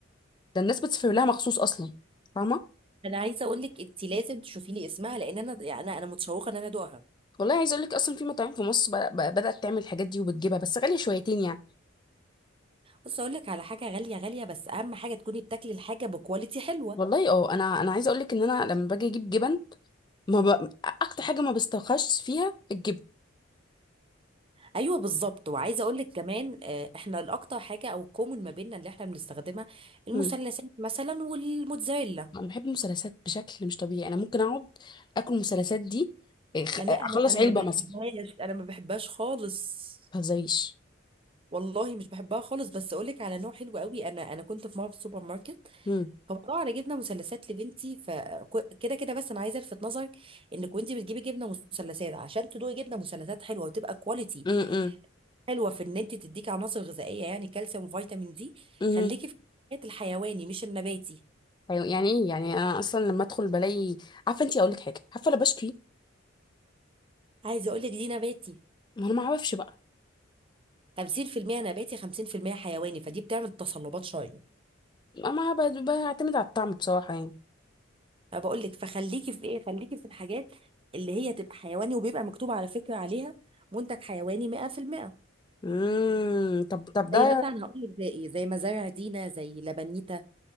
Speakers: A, on the left; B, on the right.
A: ده الناس بتسافر لها مخصوص اصلا فاهمه
B: انا عايزه اقول لك انت لازم تشوفي لي اسمها لان انا يعني انا أنا متشوقه ان انا ادوقها
A: والله عايز اقول لك اصلا في مطاعم في مصر بدأ- بدأ- بدات تعمل الحاجات دي وبتجيبها بس غاليه شويتين يعني
B: بص اقول لك على حاجه غاليه غاليه بس اهم حاجه تكوني بتاكلي الحاجه بكواليتي حلوه
A: والله اه انا انا عايزه اقول لك ان انا لما باجي اجيب جبن ما ب... اكتر حاجه ما بسترخصش فيها الجبن
B: ايوه بالظبط وعايزه اقول لك كمان آه، احنا الاكتر حاجه او الكومن ما بيننا اللي احنا بنستخدمها المثلثات
A: مم.
B: مثلا والموتزاريلا
A: انا بحب المثلثات بشكل مش طبيعي انا ممكن اقعد اكل المثلثات دي اخ-
B: لا
A: اخلص
B: انا انا
A: علبه
B: ما بحبهاش
A: مثلا
B: انا ما بحبهاش خالص
A: ما تهزريش
B: والله مش بحبها خالص بس اقول لك على نوع حلو قوي انا انا كنت في مره في السوبر ماركت
A: مم.
B: فموضوع انا جبنه مثلثات لبنتي فكده كده بس انا عايزه الفت نظرك انك وانت بتجيبي جبنه مثلثات عشان تدوقي جبنه مثلثات حلوه وتبقى كواليتي
A: مم، مم،
B: حلوه في ان انت تديكي عناصر غذائيه يعني كالسيوم وفيتامين دي
A: مم.
B: خليكي في الحاجات الحيواني مش النباتي
A: أيوة، يعني ايه يعني انا اصلا لما ادخل بلاقي عارفه انت اقول لك حاجه عارفه انا بشكي
B: عايزه اقول لك دي نباتي
A: ما انا ما اعرفش بقى
B: 50% نباتي 50% حيواني فدي بتعمل تصلبات شويه
A: ما ب- بعتمد على الطعم بصراحه يعني
B: انا بقول لك فخليكي في ايه خليكي في الحاجات اللي هي تبقى حيواني وبيبقى مكتوب على فكره عليها منتج حيواني 100%
A: امم طب طب ده
B: زي مثلا هقول لك زي ايه زي مزارع دينا زي لبنيتا